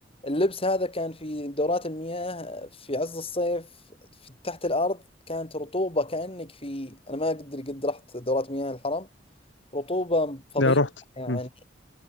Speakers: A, on the left; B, on the left.
A: اللبس هذا كان في دورات المياه في عز الصيف في تحت الأرض كانت رطوبة كأنك في أنا ما أقدر قد رحت دورات مياه الحرم رطوبة فظيعة
B: ده رحت
A: يعني
B: مم،